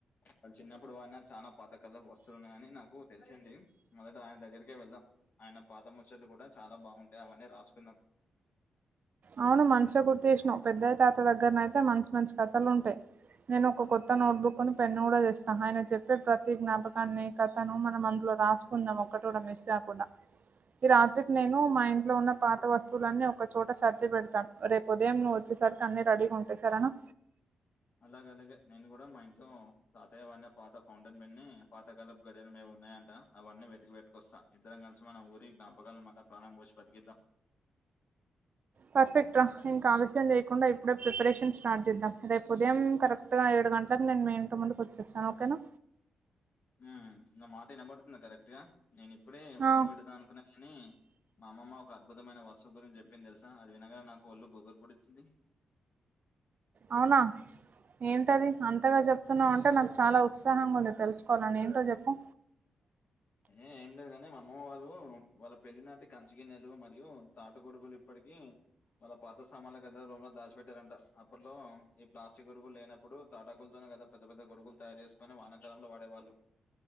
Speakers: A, on the left; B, on the right.
A: వాళ్ళు చిన్నప్పుడు వాడిన చాలా పాతకాలపు వస్తువులు ఉన్నాయని నాకు తెలిసింది. మొదట ఆయన దగ్గరికే వెళ్దాం. ఆయన పాత ముచ్చట్లు కూడా చాలా బాగుంటాయి అవన్నీ రాసుకుందాం.
B: అవును మంచిగ గుర్తు చేసినావు. పెద్దయ్య తాత దగ్గరనయితే మంచి మంచి కథలు ఉంటాయి. నేను ఒక కొత్త నోట్బుక్ను, పెన్ను కూడా తెస్తా. ఆయన చెప్పే ప్రతి జ్ఞాపకాన్ని, కథను మనం అందులో రాసుకుందాం ఒకటి కూడా మిస్ కాకుండా ఈ రాత్రికి నేను మా ఇంట్లో ఉన్న పాత వస్తువులన్నీ ఒక చోట్ ట సర్ది పెడతాను రేపు ఉదయం నువ్వు వచ్చేసరికి అన్ని రెడీగా ఉంటాయి సరేనా!
A: అలాగలాగే నేను కూడా మా ఇంట్లో తాతయ్యవాన్య పాత ఫౌంటైన్ బన్ని పాత కాలపు గడియారం ఏమో ఉన్నాయంట. అవన్నీ వెతికి పెట్టుకొస్తా ఇద్దరం కలిసి మన ఊరి జ్ఞాపకాలను మళ్ల ప్రాణం పోసి బతికిద్దాం.
B: పర్ఫెక్ట్ రా ఇంక ఆలస్యం చేయకుండా ఇప్పుడే ప్రిపరేషన్ స్టార్ట్ చేద్దాం. రేపు ఉదయం కరెక్ గ ఏడు గంటలకు నేను మీ ఇంటి ముందుకు వచ్చేస్తాను ఓకేనా.
A: మ్ నా మాట వినబడుతుందా కరెక్ట్ గా? నేను ఇప్పుడే ఫోన్
B: ఆ,
A: పెట్టేద్దాం అనుకున్నా కాని, మా అమ్మమ్మ ఒక అద్భుతమైన వస్తువు గురించి చెప్పింది తెలుసా అది వినగా నాకు ఒళ్ళు గొగ్గురు పొడిచింది.
B: అవునా ఏంటది అంతగా చెప్తున్నావు అంటే నాకు చాలా ఉత్సాహంగా ఉంది తెలుసుకోవాలని, ఏంటో చెప్పు.
A: ఏ ఏం లేదు గానీ మా అమ్మమ్మ వాళ్ళు వాళ్ళ పెళ్లి నాటి కంచిగన్నెలు మరియు తాటు గోడుగులు ఇప్పటికీ, వాళ్ళ పాత సామాన్ల గదిలో రూమ్ లో దాచి పెట్టారంట. అప్పట్లో ఈ ప్లాస్టిక్ గొడుగులు లేనప్పుడు తాటాకులతోనే కదా, పెద్ద పెద్ద గొడుగులు తయారు చేసుకొని, వానకాలంలో వాడేవాళ్లు.